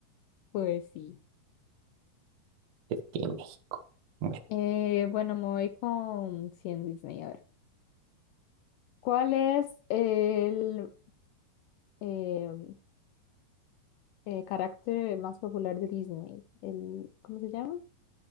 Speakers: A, on the left; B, on the right.
A: Pues sí.
B: Es que México. Bueno,
A: Eh, bueno, me voy con 100 Disney. A ver. ¿Cuál es el, em, eh, carácter más popular de Disney. El, ¿cómo se llama?